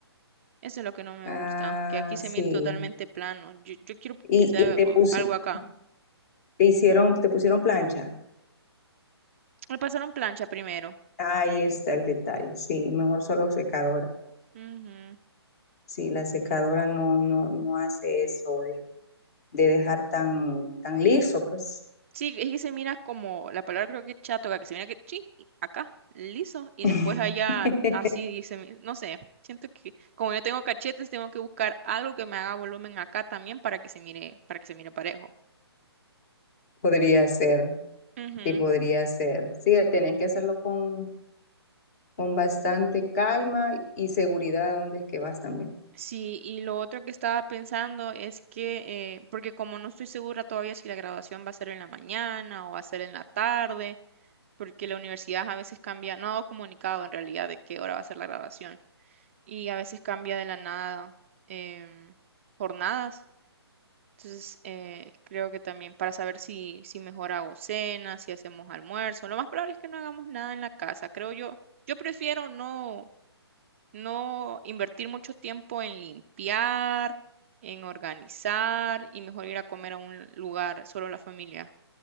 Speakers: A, on the right; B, on the left.
A: Eso es lo que no me
B: Ah,
A: gusta, que aquí se
B: sí.
A: mire totalmente plano. Yo, yo quiero
B: Y,
A: que se
B: y
A: haga
B: te
A: algo
B: pusieron,
A: algo acá.
B: te hicieron, te pusieron plancha.
A: Me pasaron plancha primero.
B: Ahí está el detalle. Sí, mejor solo secadora.
A: Ujú.
B: Sí, la secadora no, no, no hace eso de, de dejar tan, tan liso, pues.
A: Sí, es que se mira como, la palabra creo que chatoca, que se mira que sí y acá, liso, y
B: <laughs>
A: después allá así dice, mi- no sé, siento que como yo tengo cachetes, tengo que buscar algo que me haga volumen acá también para que se mire, para que se mire parejo.
B: Podría ser,
A: Ujú.
B: sí, podría ser. Sí, tenés que hacerlo con, con bastante calma y seguridad a dónde es que vas también.
A: Sí, y lo otro que estaba pensando es que, eh, porque como no estoy segura todavía si la graduación va a ser en la mañana o va a ser en la tarde, porque la universidad a veces cambia, no ha dado comunicado en realidad de qué hora va a ser la graduación. y a veces cambia de la nada em, jornadas. Entonces, eh, creo que también para saber si, si mejor hago cena, si hacemos almuerzo, lo más probable es que no hagamos nada en la casa, creo yo. Yo prefiero no, no invertir mucho tiempo en limpiar, en organizar y mejor ir a comer a un lugar, solo la familia,